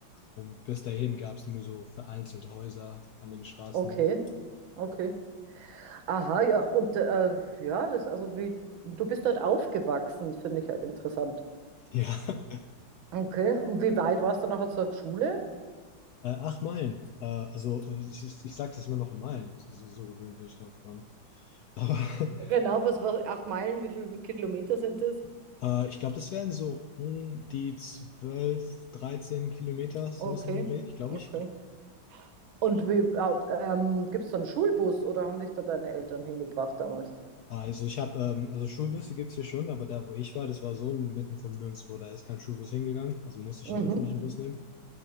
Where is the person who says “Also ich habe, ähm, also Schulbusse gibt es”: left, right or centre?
Left